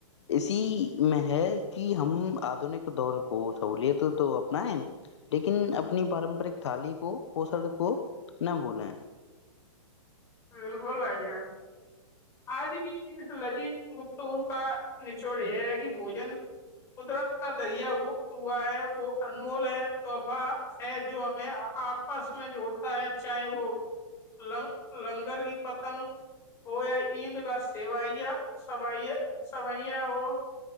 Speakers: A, on the left; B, on the left.
A: اسی میں ہے کہ ہم آدنک دور کو سہولت تو اپنائ لیکن اپنی پارمپرک تھالی کو پوسر کو نہ بھولیں
B: بالکل بھائییا آج کی اس لذیذ گپتگوں کا نچوڑ یہ ہے کہ بوجن قدرت کا دریا ہوا ہے وہ انمول ہے توحفہ ہے جو ہمیں آپس میں جوڑتا ہے چاہے وہ لنگ لنگر کی پتنگ ہو یا ایند کا سیوائیا س سوئیا ہو